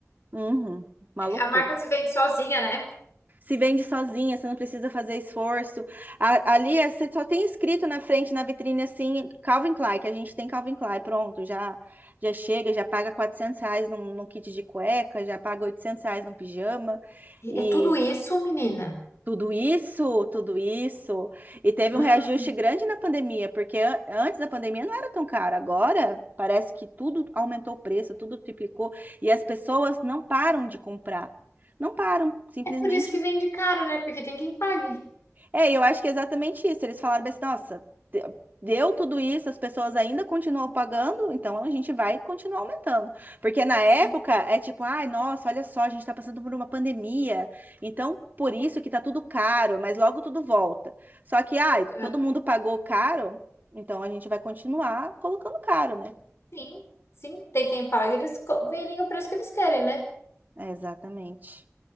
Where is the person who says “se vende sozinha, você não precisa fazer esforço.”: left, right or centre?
Right